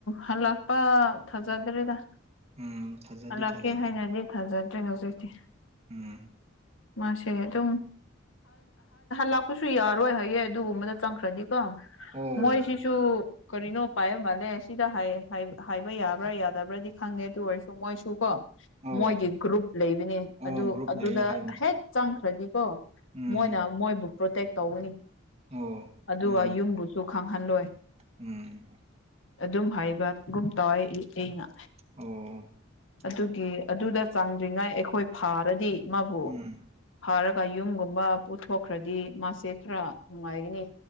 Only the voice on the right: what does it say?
ꯎꯝ ꯊꯥꯖꯗꯤ
ꯊꯥꯖꯗꯦ
ꯎꯝ
ꯑꯣ
ꯑꯣ
ꯑꯣ
ꯒ꯭ꯔꯨꯞ
ꯂꯩꯌꯦ ꯍꯥꯏꯕꯅꯤ
ꯎꯝ
ꯑꯣ
ꯃꯥꯅꯤ
ꯎꯝ
ꯑꯣ
ꯎꯝ